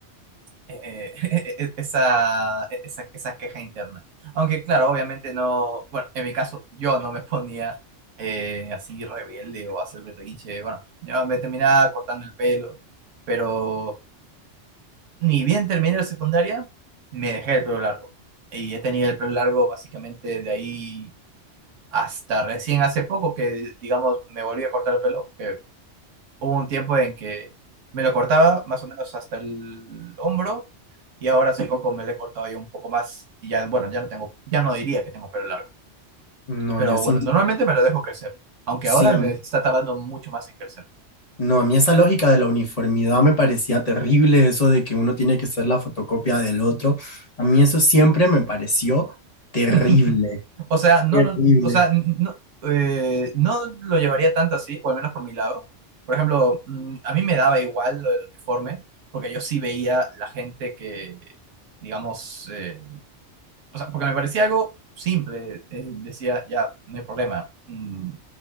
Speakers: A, on the right; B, on the left.
A: eh, <laughs> e- esa, esa, esa queja interna. Aunque claro, obviamente no, bueno, en mi caso yo no me ponía eh, así rebelde o hacer berrinche, bueno, yo me terminaba cortando el pelo, pero... ni bien terminé la secundaria, me dejé el pelo largo. Y he tenido el pelo largo básicamente de ahí hasta recién hace poco que, digamos, me volví a cortar el pelo. Que hubo un tiempo en que me lo cortaba más o menos hasta el hombro y ahora hace poco me lo he cortado ya un poco más. Y ya, bueno, ya no tengo, ya no diría que tengo pelo largo.
B: no,
A: Pero
B: yo sí,
A: bueno, normalmente me lo dejo crecer, aunque
B: sí,
A: ahora
B: a
A: me
B: mí-
A: está tardando mucho más en crecer.
B: no, a mí esa lógica de la uniformidad me parecía terrible, eso de que uno tiene que ser la fotocopia del otro, a mí eso siempre me pareció terrible,
A: <laughs> O sea, no,
B: terrible,
A: no, o sea, no, eh, no lo llevaría tanto así, o al menos por mi lado. Por ejemplo, mm, a mí me daba igual lo del uniforme, porque yo sí veía la gente que, digamos, eh, o sea, porque me parecía algo simple. eh, decía, ya, no hay problema. mm,